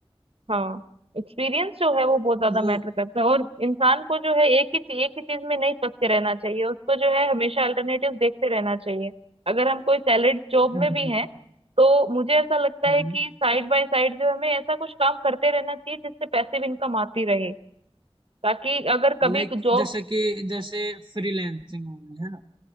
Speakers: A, on the right; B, on the right.
A: हाँ एक्सपीरियंस जो है वो बहुत
B: तो
A: ज्यादा
B: वो
A: मैटर करता है और इंसान को जो है एक ही ची- एक ही चीज में नहीं फंसते रहना चाहिए उसको जो है हमेशा अल्टरनेटिव देखते रहना चाहिए अगर हम कोई सैलरी जॉब
B: हम्म
A: में भी हैं
B: हम्म
A: तो मुझे ऐसा लगता
B: हम्म
A: है कि साइड बाय साइड जो हमें ऐसा कुछ काम करते रहना चाहिए जिससे पैसिव इनकम आती रहे ताकि अगर कभी
B: लाइक
A: जॉब
B: जैसे कि जैसे फ्रीलैंसिंग हो गई है ना